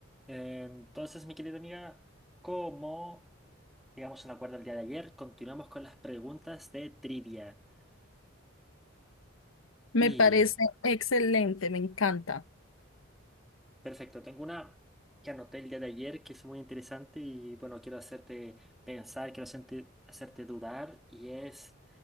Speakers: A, in the centre; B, on the left.
A: Entonces, mi querida amiga, como llegamos a un acuerdo el día de ayer, continuamos con las preguntas de trivia.
B: Me
A: Y
B: parece excelente, me encanta.
A: perfecto, tengo una que anoté el día de ayer que es muy interesante y bueno, quiero hacerte pensar, quiero hacerte, hacerte dudar y es,